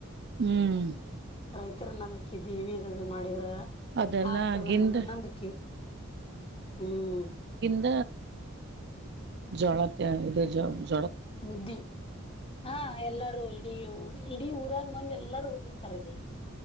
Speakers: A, on the right; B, on the left.
A: ಹ್ಮ್
B: ರೈತರು ನಂಬಕಿದ್ದವಿ ಮಾಡಿದ್ರ
A: ಅದೆಲ್ಲ
B: ಆಗ್ತದ
A: ಆಗಿಂದ
B: ಅನ್ನೋದು ನಂಬಿಕೆ ಹ್ಮ್
A: ಇ ಜೋಳತ್ತ ಇದು ಜ
B: ಮುದ್ದಿ ಹಾ ಎಲ್ಲಾರೂ ಇಡೀ ಇಡೀ ಊರಾಗ ಬಂದ್ ಎಲ್ಲಾರು ಹೋಗಿರ್ತಾರಜ